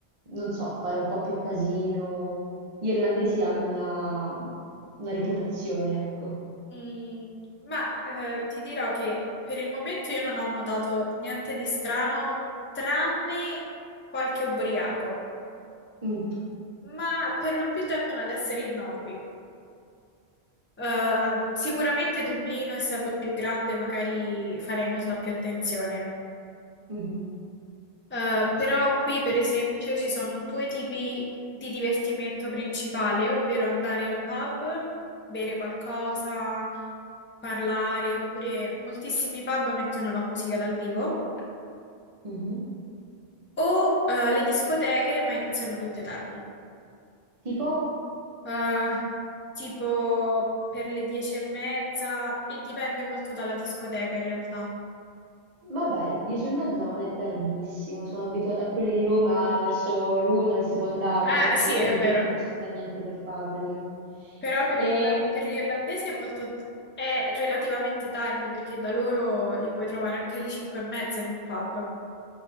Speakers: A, on the right; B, on the left.
A: non so, fare un po' più casino. Gli irlandesi hanno una, una reputazione, ecco.
B: mm, ma eh, ti dirò che per il momento io non ho notato niente di strano, tranne qualche ubriaco,
A: Mm,
B: ma per lo più tendono ad essere innocui. Eh, sicuramente Dublino, essendo più grande, magari farei molta più attenzione.
A: mhm,
B: Eh, però qui, per esempio, ci sono due tipi di divertimento principale, ovvero andare al pub, bere qualcosa, parlare, oppure moltissimi pub mettono la musica dal vivo,
A: mhm.
B: o eh, le discoteche, ma iniziano tutte tardi.
A: Tipo?
B: Eh, tipo per le dieci e mezza, e dipende molto dalla discoteca in realtà.
A: Vabbè, dieci e mezza non è tardissimo, sono abituata a quelli di Roma verso l'una si può andare
B: Eh,
A: perché altrimenti
B: sì, è vero.
A: prima non ci sta niente da fare praticamente.
B: Però per
A: E-
B: il- per gli irlandesi è molto... è relativamente tardi perché da loro li puoi trovare anche alle 5 e mezza in un pub.